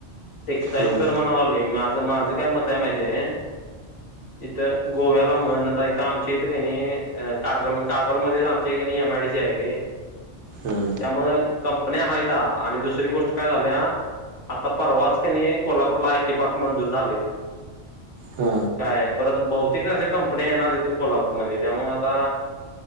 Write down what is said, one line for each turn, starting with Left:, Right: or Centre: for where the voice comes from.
Left: टेक्स्टाईल
Right: हम्म
Left: कर म्हणा लाली मी माझं काय मत आहे माहिती आहेय इथं गोव्याला म्हण आता इथं आमच्या इथं काणी कागल कागलमध्येध्येच आमच्याणी एमआयडी सी आहे रे
Right: हम्म
Left: त्यामु कंपन्या हाय त्या आणि दुसरी गोष्ट काय झाल्या आता परवाच कनी कोल्हापूरला आयटी पार्क मंजूर झाले
Right: हा
Left: काय परत बहुतेक अशा कंपन्या येणार इथे कोल्हापूरमध्ये त्यामुळे आता